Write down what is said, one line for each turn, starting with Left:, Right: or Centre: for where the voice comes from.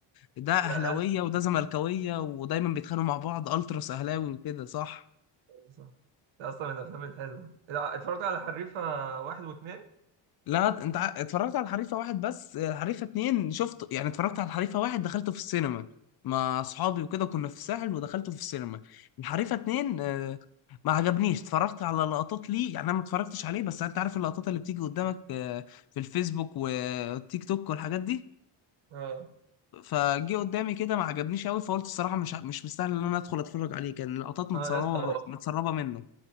Left: ده اهلاويه
Right: يا اهل
Left: وده زملكاويه ودايما بيتخانقوا مع بعض التراس اهلاوي وكده صح
Right: صح ده اصلا من الافلام الحلوه اتفرجت على حريفه واحد واثنين
Left: لا انت ع- اتفرجت على الحريفه واحد بس الحريفه اتنين شفت يعني اتفرجت على الحريفه واحد دخلته في السينما مع اصحابي وكده كنا في الساحل ودخلته في السينما الحريفه اتنين آه، ما عجبنيش اتفرجت على لقطات ليه يعني انا ما اتفرجتش عليه بس انت عارف اللقطات اللي بتيجي قدامك آه، في الفيسبوك والتيك توك والحاجات دي
Right: اه
Left: فجه قدامي كده ما عجبنيش قوي فقلت الصراحه مش مش مستاهل ان انا ادخل اتفرج عليه كان لقطات متسربه
Right: اه يا اسطى
Left: متسربه منه